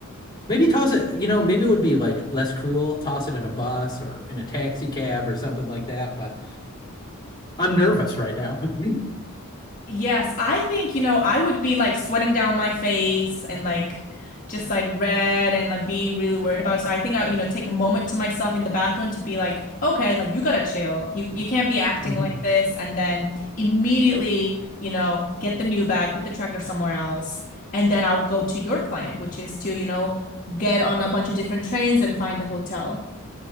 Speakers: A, on the left; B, on the left.
A: Maybe toss it, you know, maybe it would be like less cruel, toss it in a bus or in a taxi cab or something like that, but I'm nervous right now. <laughs>
B: Yes, I think, you know, I would be like sweating down my face and like just like red and like be really worried about it. So I think I, you know, take a moment to myself in the bathroom to be like, okay, like you gotta chill. You you can't be acting
A: Mhm.
B: like this and then immediately, you know, get the new bag, put the tracker somewhere else. And then I would go to your plan, which is to, you know, get on a bunch of different trains and find a hotel.